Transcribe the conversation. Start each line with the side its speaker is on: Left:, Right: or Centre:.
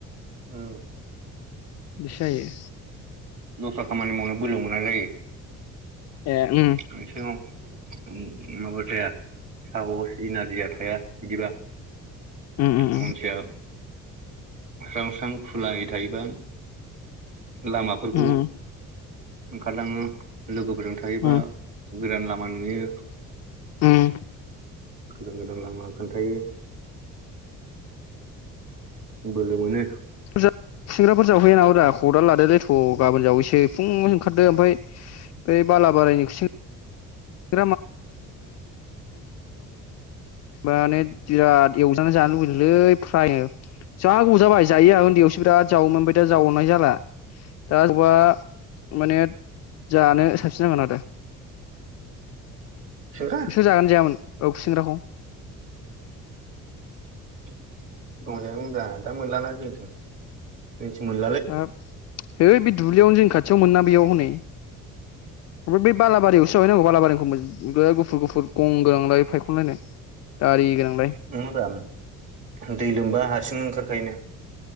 Right: ओम।
Left: दिसो जायो।
Right: दस्रा खामानि मावनो बोलो मोना जायो।
Left: ए उम
Right: <unintelligible> माबा थाया <unintelligible> सिन आरिया थाया बिदिबा।
Left: उम उम
Right: मानसिया स्रां स्रां खुलायै थायोबा लामाफोरखौ
Left: उम उम
Right: ओंखारलाङो। लोगोफोरजों थायोबा
Left: उम
Right: गोदान लामा नुयो।
Left: उम
Right: गोदान गोदान लामा खोन्थायो। बोलो मोनो।
Left: खुसिंग्राफोर जावहैयो नामादा खदाल लादोलै थ' गाबोन जावैसै फुं ओंखारदो ओमफ्राया ओ बालाबारिनि खुसिं <unintelligible> माने बिराज एवजानानै जानो लुगैदोंलै फ्राइनो जा गोबाव जाबाय जायिया उन्दैयावसो ब्राद जावोमोन आमफाय दा जावनाय जाला दा जावबा माने जानो साबसिन जागोन आरो।
Right: सेंग्रा
Left: नोंसोर जागोन जायामोन? औ खुसेंग्राखौ
Right: <unintelligible> सिगांयाव जायोमानब्रा दा मोनलाना जोंनिथिं जोंनिथिं मोन
Left: <unintelligible> दुब्लियावनो जोंनि खाथियाव मोनोना बेयाव हनै ओमफ्राय बेै बालाबारियावसो जाहैनांगौ बालाबारिखौ गुफुर गुफुर गं गोनांलाय फायखनलायनाय दारि गोनां।
Right: मेदाम दै लोमबा हारसिं ओंखारखायो ना।